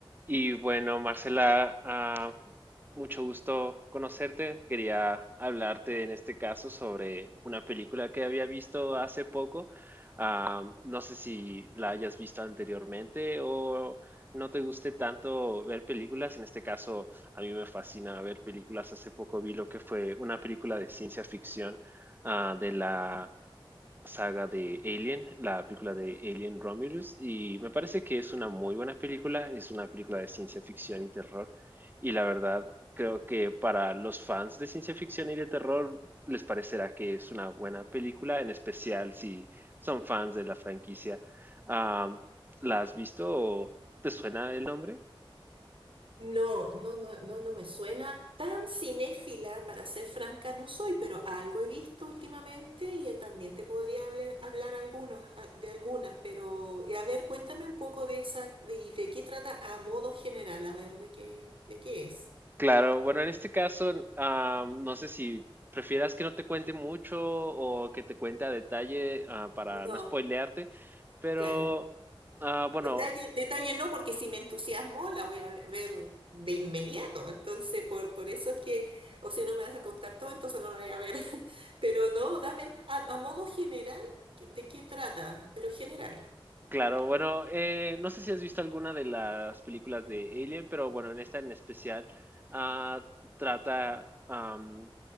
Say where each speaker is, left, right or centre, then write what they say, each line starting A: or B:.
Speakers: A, on the right (about 20°); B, on the right (about 70°).
A: Y bueno, Marcela, ah, mucho gusto conocerte. Quería hablarte en este caso sobre una película que había visto hace poco. Ah, no sé si la hayas visto anteriormente o no te guste tanto ver películas. En este caso, a mí me fascina ver películas. Hace poco vi lo que fue una película de ciencia ficción ah, de la saga de Alien, la película de Alien Romulus, y me parece que es una muy buena película, es una película de ciencia ficción y terror, y la verdad creo que para los fans de ciencia ficción y de terror les parecerá que es una buena película, en especial si son fans de la franquicia. Am, ¿la has visto o te suena el nombre?
B: No, no, no, no, no me suena tan cinéfila, para ser franca, no soy, pero algo he visto últimamente y eh, también te podría hablar, hablar algunos, a- de algunas, pero eh, a ver, cuéntame un poco de esa, de, y de qué trata a modo general, a ver, de qué, de qué es.
A: Claro, bueno, en este caso, ah, no sé si prefieras que no te cuente mucho o que te cuente a detalle ah, para
B: No,
A: no spoilearte, pero
B: claro.
A: ah, bueno,
B: Detalle, detalle no, porque si me entusiasmo la voy a ver de inmediato. Entonces, por, por eso es que, o si no me vas a contar todo, entonces no la voy a ver. <laughs> Pero no, dame, a, a modo general, ¿qué- ¿de qué trata? Pero general.
A: Claro, bueno, eh, no sé si has visto alguna de las películas de Alien, pero bueno, en esta en especial ah, trata, am,